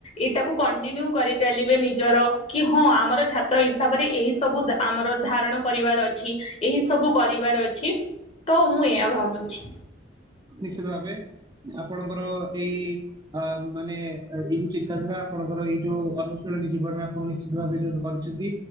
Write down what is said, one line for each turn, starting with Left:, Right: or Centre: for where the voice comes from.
Left: ଏଇଟାକୁ କଣ୍ଟିନ୍ୟୁ କରିଚାଲିବେ ନିଜ ଜର କି ହଁ ଆମର ଛାତ୍ର ହିସାବରେ ଏହି ସବୁ ଧା ଆମର ଧାରଣ କରିବାର ଅଛି ଏହି ସବୁ ସବୁ କରିବାର ଅଛି ତ ମୁଁ ଏୟା ଭାବୁଛି।
Right: ନିଶ୍ଚିତ ଭାବେ ଆପଣଙ୍କର ଏଇ ଅ ମାନେ ଏଇ ଚିନ୍ତାଧାରା ଆପଣ ର ଏଇ ଯୋଉ ଅନୁଶୀଳନୀ ଜୀବନ ଆପଣ ନିଶ୍ଚିତ ଭାବେ କରିଛନ୍ତି